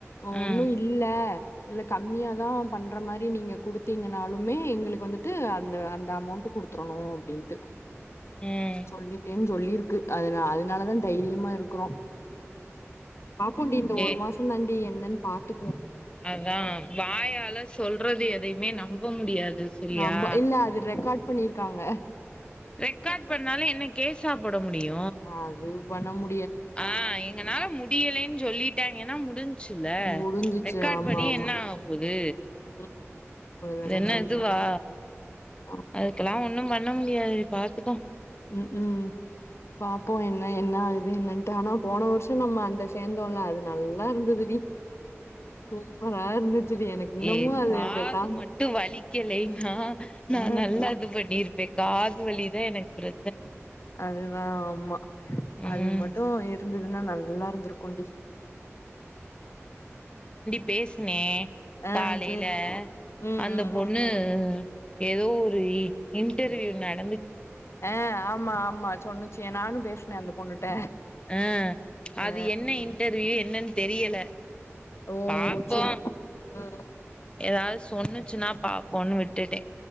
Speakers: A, on the left; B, on the left.
A: ஒன்னு
B: ம்
A: இல்ல இல்ல கம்மியாதா பண்ற மாரி நீங்க குடுத்தீங்கனாலுமே எங்களுக்கு வந்து து அந்த அந்த அமௌண்ட் குடுத்துரு அப்டின்ட்டு
B: ம்
A: சொல்லிட்டேன் சொல்லிருக்கு அது அதனால தா தைரியமா இருக்குறோ பாப்போண்டி இந்த ஒரு
B: ஏ
A: மாசஷோ தான் என்னன் பாத்து
B: அதா வாயால சொல்றது எதையுமே நம் நம்ப முடியாது செரியா
A: நாம்ப இல்ல அது ரெக்கார்டு பண்ணிருக்காங்க
B: ரெக்கார்ட் பண்ணாலு என்ன கேஸா போட முடியு
A: அது பண்ண மு
B: ஆ எங்கனால முடியலை சொல்லிட்டாங்கனா முடிஞ் முடின்சுல
A: முடிஞ்சிச்சு
B: ரெக்கார்ட்
A: ஆமா
B: பண்ணி
A: ஆமா
B: என்ன ஆகபோது
A: ம் ம் அது வேணா
B: என்ன
A: சொல்லு
B: இதுவா
A: ஆமா
B: அதுகெல்லா ஒண்ணும் பண்ண பண்ண முடியாது பாத்துக்கோ
A: உம் உம் பாப்போ என்ன என்ன இது என்னன்ட்டு ஆனா போன வருஷோ நம்ம அந்த சேந்தோல அது நல்லா இருந்ததுடி சூப்பரா இருந்துச்சுடி எனக்கு இன்னமு
B: ஏ
A: அது
B: காது
A: பேசாம
B: மட்டு வலிக்கலைன்னா நா
A: ஆ
B: நல்லா இது பண்ணிருப்ப காது வலிதா எனக்கு பிர
A: அதுதா ஆமா
B: ம்
A: அது மட்டு இருந்தது அதுன்னா நல்லா இருந்திருக்கோன்டி
B: பேஸ்னே
A: ஆ
B: காலைல
A: சேரி ம்
B: அந்த
A: ம்
B: பொண்ணு
A: ம்
B: எதோ இன்டர்வியூ நட
A: ஆஹ் ஆமா ஆமா சொன்னுச்சு நானு பேசுன அந்த பொண்ணுட்ட
B: அஹ் அது
A: ஆ
B: என்ன இன்டர்வியூ என்னன்னு தெரியல
A: ஓ
B: பாப்போ
A: சேரி ம்
B: எதாவது சொன்னுச்சுன்னா பாப்போனு விட் ட்டேன்